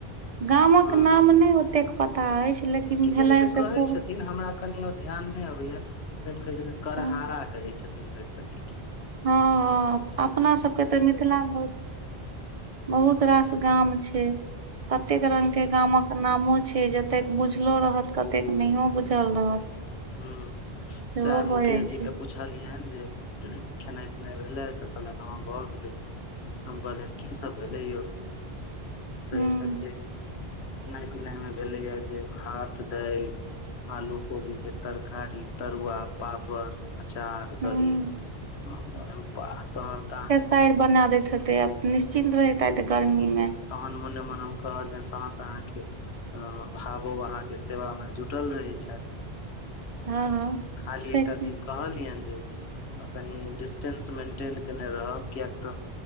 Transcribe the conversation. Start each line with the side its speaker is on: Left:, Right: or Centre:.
Right: गामक
Left: हँ
Right: नाम नै ओतेक पता अछि लेकिन।
Left: किदैन
Right: भेलनि
Left: तऽ
Right: से
Left: कहै
Right: खूब
Left: छ। लेकिन हमरा कनि आ ध्यान नै अबैया कहै छथिन करहहारा
Right: हँ
Left: कहै छथिन भैरसक
Right: हँ हँ अपना सबके तऽ मिथिला मे
Left: हँ
Right: बहुत रास। गाम छै अतेक रंग के गामक। नामो छै जतेक बुझलो रहत कतेक नहियो बुझल रहत।
Left: ह
Right: सेहो
Left: सेह मुकेश
Right: भऽ जाइ
Left: जी
Right: छै
Left: के पुछ। पुछलियैन जे खेनाइ पिनाइ भेलै तऽ कहल हां भऽ गेलै हम कहलियनि की सब भेलय यौ कहे
Right: हूँ
Left: छैथ जे खेनाइ पिनाय में भेले या जे भात दैल आलू कोबी के तरकारी तरुआ पापड़। अचार
Right: हूँ
Left: दही आ <unintelligible>
Right: पैर बना देैत हेताइ आब निश्चिन्त रहैत हेतै गर्मी में
Left: तहन मने मन हम कहलियैन तहन त अहाँके हो भावो अहाँके सेवा मे जुटल रहै छैथ
Right: हँ हँ
Left: खाली
Right: से
Left: एकटा
Right: की
Left: चीज कहलियैन जे कनि डिस्टेंस मेंटेन केने रहब किएक त